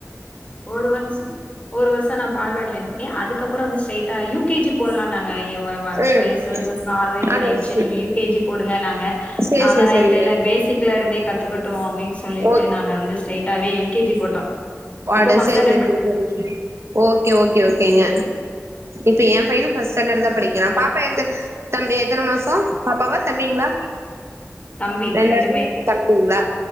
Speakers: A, on the left; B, on the right.
A: ஒரு வருஷம் ஒரு வருஷனம் பால்வாடி அனுப்பின அதுக்கப்புரோ வந்து ஸ்ட்ரைட்டா யுகேஜி போட்லான்னாங்க
B: ம்
A: வயசு வந்து நாலு வயசு
B: அட
A: அயிச்சி
B: சே
A: நீங்க யூ கேஜி போடுங்க நாங்க
B: சேரி
A: நாங்கதா
B: சேரி சேரிங்க
A: இல்லல்ல பேசிக்ல இருந்தே கத்துக்கட்டோ அப்டின்னு சொல்லிட்டு
B: ஓ
A: நாங்க வந்து ஸ்ட்ரெய்ட்டாவே எல்கேஜி போட்டோ
B: ஆட
A: இப்ப ஃபர்ஸ்ட்
B: செரி
A: ஸ்டாண்டர்ட்
B: செரி
A: படி
B: செரி செரி ஓகே ஓகே ஓகேங்க இப்ப என் பையனு பஸ்ட் ஸ்டாண்டர்ட் தா படிக்கிறா பாப்பா எத்தன எத்தன மாசோ பாப்பா எத்தன மாசோ பாப்பாவ தம்பிங்கலா
A: தம்பி
B: ரெண்டாவது
A: ரெண்டுமே
B: தம்பிங்லா